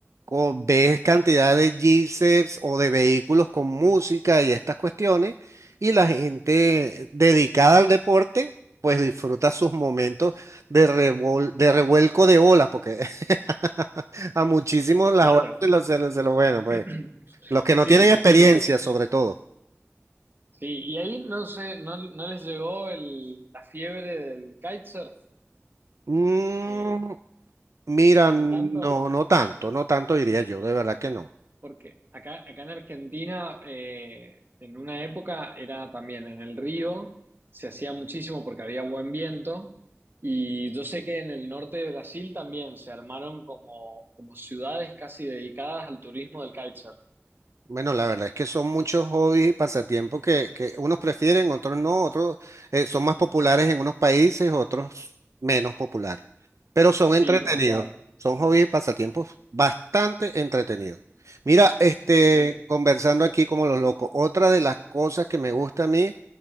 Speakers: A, on the right (about 75°); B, on the right (about 45°).
A: o ves cantidad de G-Seps o de vehículos con música y estas cuestiones, y la gente dedicada al deporte, pues disfruta sus momentos de, revol- de revuelco de olas, porque <laughs> a muchísimos las
B: Claro.
A: olas se lo, se lo- se lo- bueno, pues
B: <clears throat>
A: los que
B: Sí,
A: no tienen
B: me imagino.
A: experiencia sobre todo.
B: Sí, y ahí no sé, no, no les llegó el, la fiebre del kitesurf,
A: Mm,
B: Eh,
A: mira,
B: ¿no
A: no,
B: tanto?
A: no tanto, no tanto diría yo, de verdad que no.
B: Porque acá, acá en Argentina, eh, en una época era también en el río, se hacía muchísimo porque había buen viento. Y yo sé que en el norte de Brasil también se armaron como, como ciudades casi dedicadas al turismo del kitesurf.
A: Bueno, la verdad es que son muchos hobbies y pasatiempos que, que unos prefieren, otros no, otros eh, son más populares en unos países, otros menos populares, pero son
B: Sí,
A: entretenidos,
B: tal cual.
A: son hobbies y pasatiempos bastante entretenidos. Mira, este,
B: Sí,
A: conversando aquí como los locos, otra de las cosas que me gusta a mí